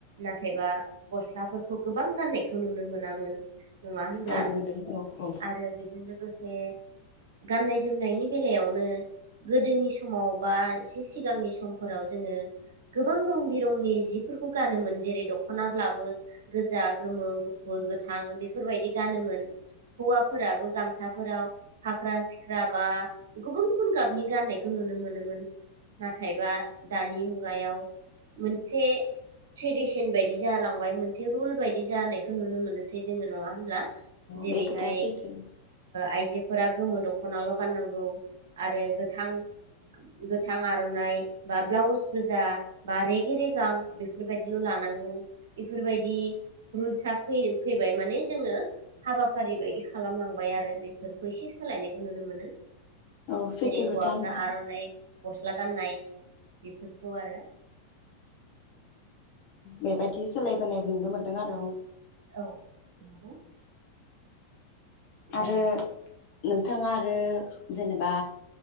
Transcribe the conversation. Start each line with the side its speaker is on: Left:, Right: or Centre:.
Right: नाथायबा गस्लाफोरखौ गोबां गाननायखौ नुनो मोनामोन नङा होनब्ला
Left: औ नुदों औ औ
Right: आरो बेजों लोगोसे गाननाय जोमनायनि बेलायावनो गोदोनि समाव बा एसे सिगांनि समफोराव जोङो गोबां रं बिरंनि जिफोरखौ गानोमोन जेरै दखना दख'नाल्बाबो गोजा गोमो गुफुर गोथां बेफोरबायदि गानोमोन हौवाफोराबो गामसा फोराव हाग्रा सिख्रा बा गुबुन गुबुन गाबनि गाननायखौ नुनो मोनोमोन नाथायबा दानि मुगायाव मोनसे ट्रेडिसन बायदि जालांबाय एसे रुल बायदि जानायखौ नुनो मोनोसै जोङो नङा होनब्ला जेरैहाय
Left: बे खोथाया सैथो
Right: आइजोफोरा गोमो दख'ना दख'नाल' गाननांगौ आरो गोथां गोथां आर'नाइ बा ब्लाउस गोजा बा रेगे रेगां बेफोरबायदिल' लानांगौ बेफोरबायदि रुल्सा फ फैबाय माने जोङो हाबाफारि बायदि खालामलांबाय आरो बेफोरखौ एसे सोलायनायखौ नुनो मोनो
Left: औ सैथो
Right: जेरै
Left: खोथा
Right: हौवाफ्रा
Left: नोंथां
Right: आर'नाइ गस्ला गाननाय बेफोरखौ आरो
Left: बेबायदि सोलायबोनाय नुनो मोनदों आरो ओं
Right: औ नंगौ दा
Left: आरो नोंथाङा आरो जेनेबा